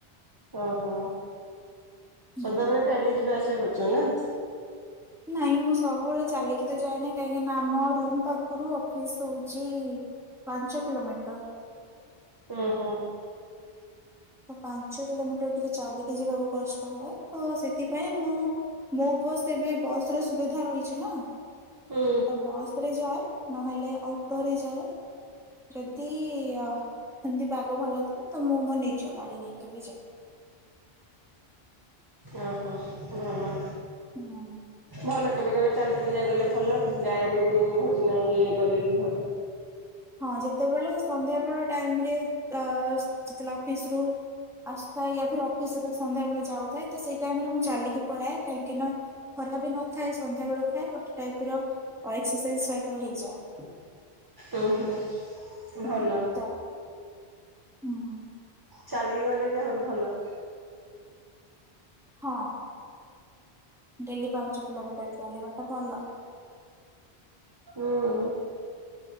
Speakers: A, on the right; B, in the centre.
A: ଓହୋ।
B: ହୁଁ
A: ସଦାବେଳେ ଛାଡିରେ ଯିବା ଆସିବା କରୁଛ ନା।
B: ନାଇଁ ମୁଁ ସବୁବେଳେ ଚାଲିକି ତ ଯାଏନି କାହିଁକି ନା ଆମ ରୁମ୍ ପାଖରୁ ଅଫ୍ ଫିସ୍ ହଉଛି ପାଞ୍ଚ କିଲୋମିଟର।
A: ଓ ହୋ।
B: ତ ପାଞ୍ଚ କିଲୋମିଟର ଟିକେ ଚାଲିକି ଯିବାକୁ କଷ୍ଟ ହୁଏ ତ ସେଥିପାଇଁ ମୁଁ ମୋ ବସ୍ ଏବେ ବସ୍ ର ସୁବିଧା ରହିଛି ନା।
A: ହୁଁ।
B: ତ ବସ୍ ରେ ଯାଏ ନହେଲେ ଅଟୋରେ ଯାଏ ଯଦି ଅ ସେମତି ପାଗ ଭଲ ଥାଏ ତ ମୁଁ ମୋ ନିଜ ଗାଡି ନେଇକି ବି ଯାଏ।
A: ଓହୋ ଭଲ।
B: ହୁଁ।
A: ଭଲ କେବେ କେବେ ଚାଲି ଚାଲି ଆ ଗଲେ ଭଲ ଗାଈରେ ବି ଏମିତି ହଉଛି ନା ଇଏ ଗଲେ ବି ଭଲ।
B: ହଁ ଯେତେବେଳେ ସନ୍ଧ୍ୟା ବେଳ ଟାଇମ୍ ରେ ଅ ଯେତେବେଳେ ଅଫିସ ରୁ ଆସୁଥାଏ ୟା ଫିର୍ ଅଫିସ୍ ଯେତେବେଳେ ସନ୍ଧ୍ୟାବେେଳେ ଯାଉଥାଏ ତ ସେଇ ଟାଇମ୍ ରେ ମୁଁ ଚାଲିକି ପଳାଏ କାହିଁକି ନା ଖରା ବି ନଥାଏ ସନ୍ଧ୍ୟା ବେଳ ଥାଏ ଗୋଟେ ଟାଇପ୍ ର ଅ ଏକ୍ସରସାଇଜ୍ ଟାଇପ୍ ର ହେଇଯାଏ।
A: ଓ ହୋ! ଭଲ।
B: ହୁଁ ଚାଲେ ହୁଁ
A: ଚାଲିକି ଗଲେ ବି ଆହୁରି ଭଲ।
B: ହଁ। ଡେଲି ପାଞ୍ଚ କିଲୋମିଟର୍ ଚାଲିବାଟା ଭଲ।
A: ହୁଁ।